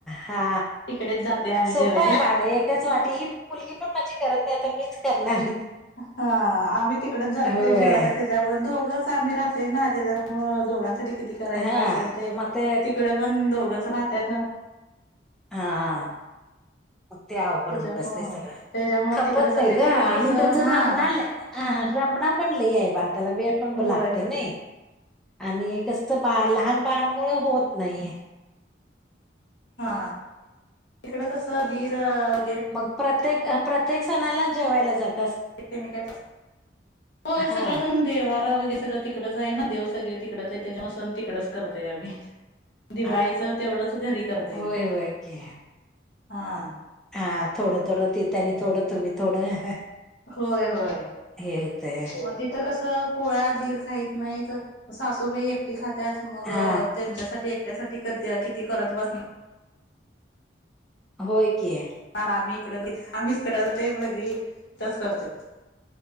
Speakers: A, in the centre; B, on the left.
A: हा
B: तिकडेच जाते आम्ही
A: सोप
B: जेवायला
A: आहे बाळ एकच वाटी ही मुलगी पण माझी करत नाही आता मीच करणार.
B: हा आम्ही तिकडच जातोय
A: होय
B: जेवायला तेज्याभर दोघच आम्ही राहतोय ना त्याच्यामूळ दोघांसाठी किती करायच
A: हा
B: असं होतय
A: मग ते
B: तिकड पण दोघच राहत्यात न
A: हां मग ते अवघड
B: त्याच्यामुळं
A: होऊन बसतय सगळं
B: त्याच्यामुळं
A: खपत
B: तिकडं जातोय
A: नाही ग
B: तिकडं
A: आणि
B: कसं
A: त्याच
B: हां
A: रामणाल हा, हा रमणा पण लई आहे बा त्याला वेळ पण
B: होय,
A: लागतय नई
B: <unintelligible>
A: आणि कस बाळ लहान बाळामुळ होत नाही आहे.
B: हा तिकड कस दीर अं
A: मग प्रत्येक प्रत्येक सणाला जेवायला जात
B: <unintelligible> पा वगैर
A: हा हा.
B: सगळं तिकडच आहे ना देव सगळेे तिकडच आहेत त्याच्यामुळे सण तिकडच करतय आम्ही दिवाळीचं
A: आ,
B: तेवढंच घरी करतोय
A: होय
B: इथं
A: होय की
B: हा
A: हा थोडं थोडं तेेत आणि थोडं तुम्ही थोडं
B: होय होय
A: हे होतय
B: मग तिथं कस अं पोळ्या धीर खाईत नाहीत, सासूबाई एकटी खात्यात मग
A: हा
B: त्यांच्यासाठी ते एकट्यासाठी करत्या किती करत बसणा
A: होय की
B: बा आम्ही इकड दीर आम्हीच तिकड जातोय मग धी इथंच करतोय.